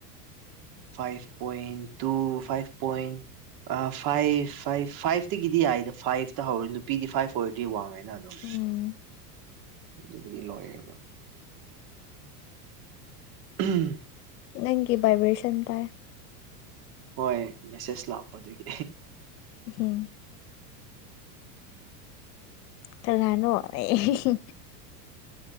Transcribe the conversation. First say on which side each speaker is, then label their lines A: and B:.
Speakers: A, on the right; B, on the left.
A: five point two five point ꯑ ꯐꯥꯏꯚ ꯐꯥꯏꯚ ꯐꯥꯏꯚꯇꯒꯤꯗꯤ ꯌꯥꯏꯗ ꯐꯥꯏꯚꯇ ꯍꯧꯔ ꯅꯨꯄꯤꯗꯤ ꯐꯥꯏꯚ ꯑꯣꯏꯔꯗꯤ ꯋꯥꯡꯉꯦꯅ ꯑꯗꯨꯝ
B: ꯎꯝ
A: ꯑꯗꯨꯕꯨꯗꯤ ꯂꯣꯏꯌꯦꯕ ꯎꯝ
B: ꯅꯪꯒꯤ ꯕꯥꯏꯕ꯭ꯔꯦꯁꯟ ꯇꯥꯏ
A: ꯍꯣꯏ ꯃꯦꯁꯦꯁ ꯂꯥꯛꯄꯗꯨꯒꯤ
B: ꯎꯝ ꯀꯅꯅꯣ ꯑꯩ ꯍꯤꯍꯤ